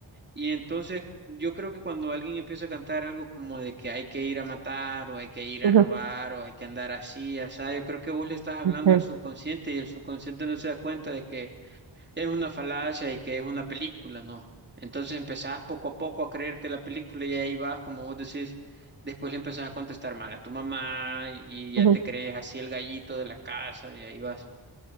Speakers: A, on the right; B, on the right.
A: Y entonces yo creo que cuando alguien empieza a cantar algo como de que hay que ir a matar o hay que ir
B: ujú,
A: a robar o hay que andar así, así, yo creo que vos le estás hablando
B: Ujú.
A: al subconsciente y el subconsciente no se da cuenta de que es una falacia y que es una película, ¿no? Entonces empezás poco a poco a creerte la película y ahí vas, como vos decís, después le empezás a contestar mal a tu mamá y ya
B: ujú.
A: te crees así el gallito de la casa y ahí vas.